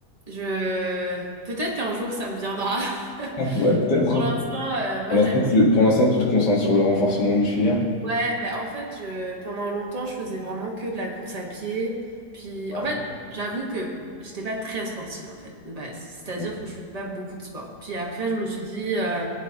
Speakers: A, on the right (about 25°); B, on the left (about 85°).
A: Je peut-être qu'un jour ça me viendra. <laughs>
B: <laughs> Ouais, peut-être.
A: Mais pour
B: hein.
A: l'instant, euh, moi
B: Pour l'instant,
A: j'aime.
B: tu, pour l'instant, tu te concentres sur le renforcement musculaire.
A: Ouais, ben en fait, je, pendant longtemps, je faisais vraiment que de la course à pied. Puis,
B: Ouais.
A: en fait, j'avoue que j'étais pas très sportive, en fait, de base. C'est-à-dire
B: Ouais.
A: que je faisais pas beaucoup de sport. Puis après, je me suis dit, euh,